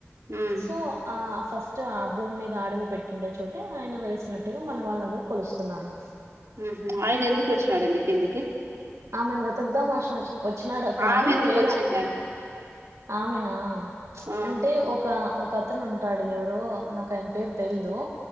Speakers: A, on the right; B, on the right.
A: మ్మ్
B: సో ఆ ఫస్ట్ ఆ భూమి మీద అడుగు పెట్ పెట్టిండే చోటే ఆయన వెలిసినట్టుగా మన వాళ్ళందరు కొలుస్తున్నారు
A: హ్ హు ఆయన ఎందుకు వచ్చినాడండి కిందికి
B: ఆమెను వెతుకుదా మషిన వచ్చినాడు కానీ
A: ఆమె ఎందుకు
B: వేరే
A: వచ్చిందండి
B: ఆమెనా
A: ఆ
B: అంటే ఒక ఒక అతను ఉంటాడు ఎవరో నాకు ఆయన పేరు తెలిదు